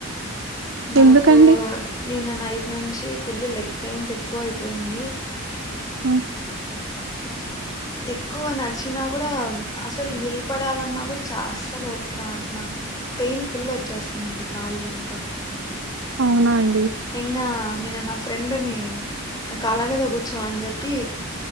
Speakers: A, on the left; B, on the right.
A: నాకు
B: ఎందుకండి
A: నిన్న నైట్ నుంచి ఫుల్ లెగ్ పెయిన్స్ ఎక్కువయిపోయింది
B: ఆ <inaudible>
A: ఎక్కువ నడ్చినా కూడా అసలు నిలబడాలన్నా కూడా చ అస్సలు ఓపిక రావట్లా. పెయిన్ ఫుల్ వచ్చేస్తుందండి కాళ్ళంతా
B: అవునా అం
A: ఇంగా నిన్న నా ఫ్రెండునీ నా కాల్ల మీద కూర్చో అని చెప్పి